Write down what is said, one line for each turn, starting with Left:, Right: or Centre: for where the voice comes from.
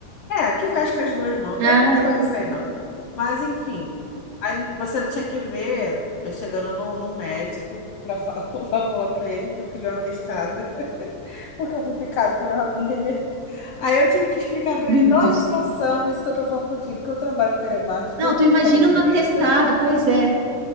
Left: É, que veste com as duas mãos.
Right: Ai,
Left: Eu não sou isso aí, não. Mas, enfim. Aí você tinha que ver eu chegando num, num médico para falar <laughs> falar para ele que eu queria um atestado, <laughs> porque eu fui picado por uma abelha. Aí eu tive que explicar para
Right: meu
Left: ele toda
Right: Deus.
Left: a situação disso que eu tô falando contigo, que eu trabalho com telemarketing,
Right: Não,
Left: que eu digo
Right: tu imagina
Left: que tá bom direito.
Right: um atestado, pois é,